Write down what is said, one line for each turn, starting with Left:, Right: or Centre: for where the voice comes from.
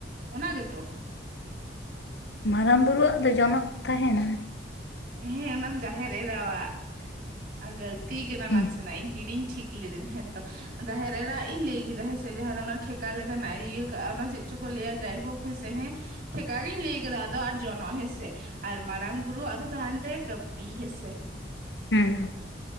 Right: ᱚᱱᱟ ᱜᱮᱛᱚ?
Left: ᱢᱟᱨᱟᱝ ᱵᱩᱨᱩᱣᱟᱜ ᱫᱚ ᱡᱚᱱᱚᱜ ᱛᱟᱦᱮᱱᱟ?
Right: ᱦᱮᱸ ᱚᱱᱟ ᱫᱚ ᱡᱟᱦᱮᱨ ᱮᱨᱟᱭᱟᱜ, ᱜᱟᱹᱞᱛᱤᱣ ᱠᱟᱱᱟ
Left: ᱦᱮᱸ
Right: ᱱᱟᱥᱮᱱᱟᱜ, ᱤᱧ ᱦᱤᱲᱤᱧ ᱴᱷᱤᱠ ᱞᱤᱫᱟᱹᱧ ᱦᱮᱸᱛᱚ, ᱡᱟᱦᱮᱨ ᱨᱮᱱᱟᱜ ᱤᱧ ᱞᱟᱹᱭ ᱠᱮᱫᱟ ᱦᱮᱸ ᱥᱮ, ᱡᱟᱦᱟᱸ ᱫᱚ ᱚᱱᱟ ᱴᱷᱮᱠᱟ ᱞᱮᱠᱟᱱᱟᱜ ᱮ ᱤᱭᱟᱹ ᱠᱟᱜᱼᱟ ᱚᱱᱟ ᱫᱚ ᱪᱮᱫᱼᱼ ᱪᱚᱠᱚ ᱞᱟᱹᱭᱟ ᱡᱟᱭᱦᱳᱠ ᱦᱮᱸ ᱥᱮ ᱦᱮ, ᱴᱷᱮᱠᱟ ᱜᱤᱧ ᱞᱟᱹᱭ ᱠᱮᱫᱟ, ᱟᱫᱚ ᱟᱨ ᱡᱚᱱᱚᱜ ᱦᱮᱸᱥᱮ, ᱟᱨ ᱢᱟᱨᱟᱝ ᱵᱩᱨᱩ ᱟᱜᱼᱼ ᱫᱚ ᱛᱟᱦᱮᱱ ᱛᱟᱭᱟ ᱠᱟᱹᱯᱤ ᱦᱮᱸ ᱥᱮ,
Left: ᱦᱩᱸ।